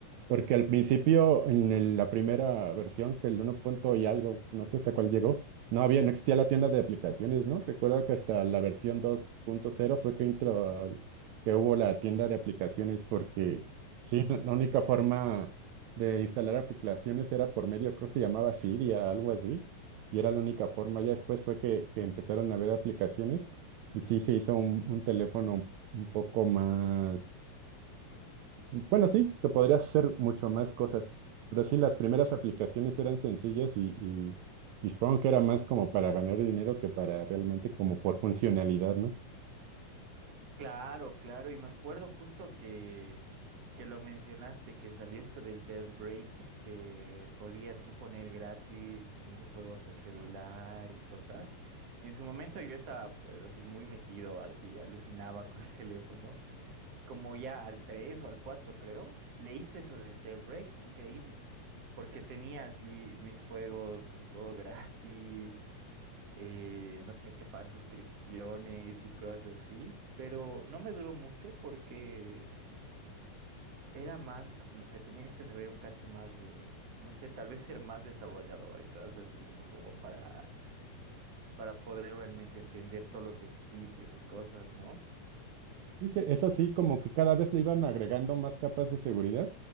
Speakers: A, on the right (about 70°); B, on the right (about 50°).
A: Porque al principio, en el- la primera versión, que el uno punto y algo, no sé hasta cuál llegó, no había, no existía la tienda de aplicaciones, ¿no? Recuerdo que hasta la versión dos punto cero fue que intro, que hubo la tienda de aplicaciones, porque sí, la la única forma de instalar aplicaciones era por medio, creo que se llamaba Siria, algo así, y era la única forma. Ya después fue que, que empezaron a ver aplicaciones, y sí se hizo un, un teléfono un un poco más bueno, sí, que podrías hacer mucho más cosas, pero sí, las primeras aplicaciones eran sencillas y, y, y supongo que era más como para ganar dinero que para realmente como por funcionalidad, ¿no?
B: Claro, claro, y me acuerdo justo que, que lo mencionaste, que salió esto del jailbreak, que podías tú poner gratis mil juegos al celular y cosas. En su momento yo estaba pues así muy metido, así alucinaba <laughs> con el teléfono, como ya al 3 o al 4 creo, le hice eso del jailbreak, increíble, porque tenía así mis juegos con todo <laughs> gratis. eh, no tenía que pagar suscripciones y cosas así, pero no me duró mucho porque era más como que tenías que saber un cacho más de, no sé, tal vez ser más desarrollador y cosas así, ¿no? Como para, para poder realmente entender todos los beneficios y cosas, ¿no?
A: Y se- es así como que cada vez le iban agregando más capas de seguridad.